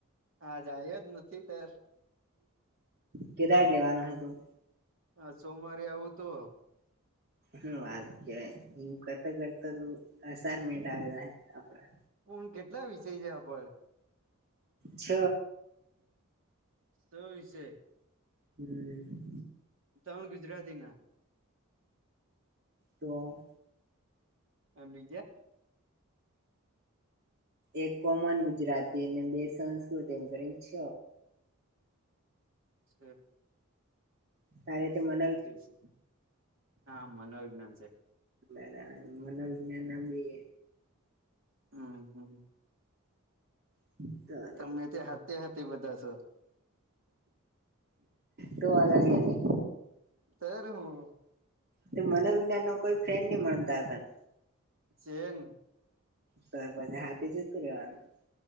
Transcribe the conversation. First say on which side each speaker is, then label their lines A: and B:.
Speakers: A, on the right; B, on the right.
A: આજ આયો જ નથી તે.
B: કેદાર લેવાનો હ તું?.
A: આ સોમવારે આવું તો.
B: હું વાત કેવાય એમ કરતા-કરતા અસાઇમેન્ટ આવે આપડા.
A: કુલ કેટલા વિષય છે આપડ?
B: છ.
A: છ વિષય.
B: હમ્મ.
A: ત્રણ ગુજરાતીના.
B: તો.
A: એમ બીજે.
B: એક કોમન ગુજરાતી અને બે સંસ્કૃત એમ કરીને છ.
A: છ.
B: તારે તે મત.
A: હાચુ છે હા મનોવિજ્ઞાન છેે.
B: એ એને મનોવિજ્ઞાનના બે.
A: હમ્મ હમ્મ.
B: <unintelligible>
A: તમે ત્યા હાતે હાતે બધા છો.
B: તું અલગ હે ની.
A: તેર હું.
B: તે મનોવિજ્ઞાન નો કોઈ ફ્રેન્ડ નહી મળે તારા પાહે.
A: ચેન
B: સર પછી હાથી જતું રહેવાનું.